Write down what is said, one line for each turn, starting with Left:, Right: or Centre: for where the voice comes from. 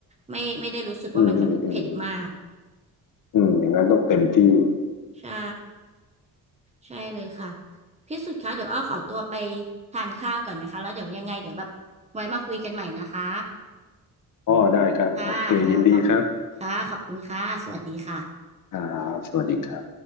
Right: ไม่ไม่ได้รู้สึกว่ามันแบบเผ็ดมาก
Left: อืมอืมอืมอืมอย่างนั้นต้องเต็มที่
Right: ใช่ใช่เลยค่ะพี่สุดคะเดี๋ยวอ้อขอตัวไปทานข้าวก่อนนะคะแล้วเดี๋ยวยังไงเดี๋ยวแบบไว้มาคุยกันใหม่นะคะ
Left: อ๋อได้ครับโอเคยินดีครับ
Right: ค่ะค่ะขอบค่ะขอบคุณค่ะสวัสดีค่ะ
Left: อ่าสวัสดีครับ